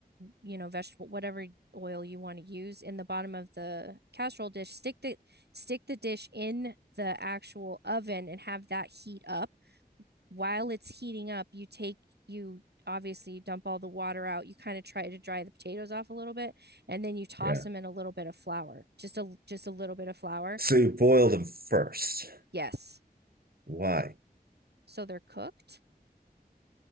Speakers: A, on the right; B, on the right.
A: you know, vegetable whatever oil you want to use in the bottom of the casserole dish. Stick the stick the dish in the actual oven and have that heat up while it's heating up, you take you obviously you dump all the water out. You kind of try to dry the potatoes off a little bit, and then you toss
B: yeah.
A: them in a little bit of flour, just a just a little bit of flour.
B: So you boil them first.
A: Yes,
B: Why?
A: so they're cooked